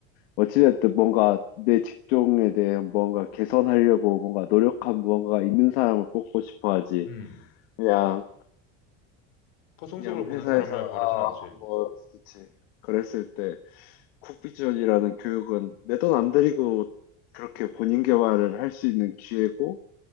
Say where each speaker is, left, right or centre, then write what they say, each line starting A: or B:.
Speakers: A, on the left; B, on the left.
A: 어찌됐든 뭔가 내 직종에 대해 뭔가 개선하려고 뭔가 노력한 무언가가 있는 사람을 뽑고 싶어 하지.
B: 음.
A: 그냥
B: 허송세을
A: 그냥
B: 보는
A: 회사에서
B: 사람을
A: 아
B: 바라진 않지.
A: 하고 그치 그랬을 때 쿡비전이라는 교육은 내 돈 안 들이고 그렇게 본인 개발을 할 수 있는 기회고